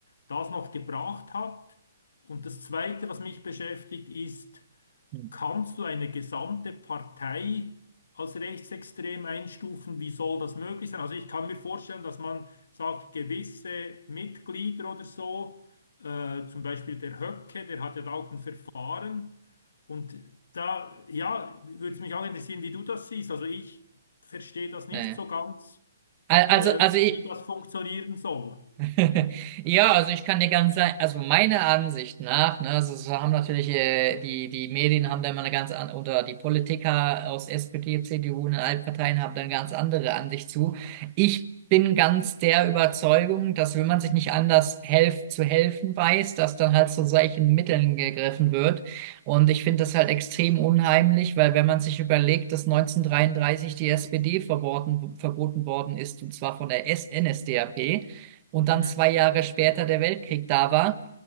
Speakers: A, on the left; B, on the right.
A: das noch gebracht hat. Und das Zweite, was mich beschäftigt, ist,
B: <laughs>
A: Kannst du eine gesamte Partei als rechtsextrem einstufen? Wie soll das möglich sein? Also ich kann mir vorstellen, dass man sagt, gewisse Mitglieder oder so, äh, zum Beispiel der Höcke, der hat ja da auch ein Verfahren. Und da, ja, würde es mich auch interessieren, wie du das siehst. Also ich verstehe das nicht
B: Ja.
A: so ganz,
B: Also,
A: äh,
B: also
A: wie
B: ich,
A: wie das funktionieren soll.
B: <laughs> Ja, also ich kann dir ganz sagen, also meiner Ansicht nach, ne, also es haben natürlich äh, die, die Medien haben da immer eine ganz andere, oder die Politiker aus SPD, CDU und den Altparteien haben da eine ganz andere Ansicht zu. Ich bin ganz der Überzeugung, dass wenn man sich nicht anders helf zu helfen weiß, dass dann halt zu solchen Mitteln gegriffen wird. Und ich finde das halt extrem unheimlich, weil wenn man sich überlegt, dass 1933 die SPD verboten, verboten worden ist, und zwar von der NSDAP, und dann
A: Mhm.
B: zwei Jahre später der Weltkrieg da war,